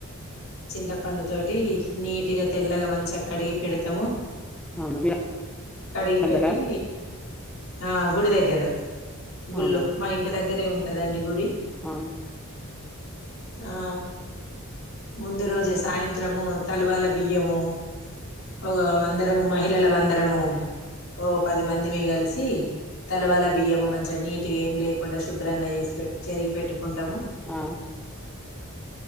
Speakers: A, on the left (about 65°); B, in the centre.
A: చింతపండు తోటి నీటుగా తెల్లగా మంచిగా కడిగి పెడతాము.
B: అవును మీరు
A: కడిగి
B: అందరా
A: పెట్టి. ఆ గుడి దగ్గర. గుళ్ళో
B: అవునా
A: మాయింటిదగ్గర. దగ్గరే ఉంటాదండి గుడి.
B: ఆ
A: ఆ ముందు రోజే సాయంత్రము తలవాల బియ్యము ఒక అందరము మహిళల మందరము ఓ పది మందిమి కలిసి. తలవాల బియ్యము మంచిగా నీటిగా ఏం లేకుండా శుభ్రంగా చేసి పెట్ చెరిగి పెట్టు. కొంటాము.
B: ఆ